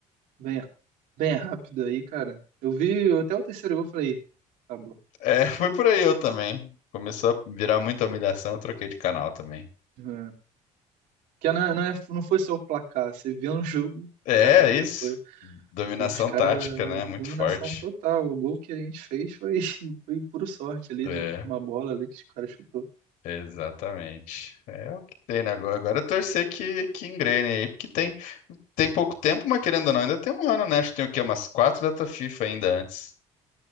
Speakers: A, on the right; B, on the left.
A: bem, bem rápido aí, cara, eu vi até o terceiro gol, e falei, acabou.
B: É, <laughs> foi por aí eu também. Começou a virar muita humilhação, eu troquei de canal também.
A: É. Que não, é- não, é, não foi só o placar. Você viu um jogo,
B: É,
A: caraca,
B: é isso.
A: foi
B: Dominação
A: os caras
B: tática, né? Muito
A: dominação
B: forte.
A: total. O gol que a gente fez foi, <laughs> foi puro sorte ali,
B: É,
A: numa bola ali que os caras chutou.
B: exatamente. É o que tem, né? Agora, agora é torcer que, que engrene aí, porque tem, tem pouco tempo, mas querendo ou não, ainda tem um ano, né? Acho que tem o quê? Umas quatro data FIFA ainda antes.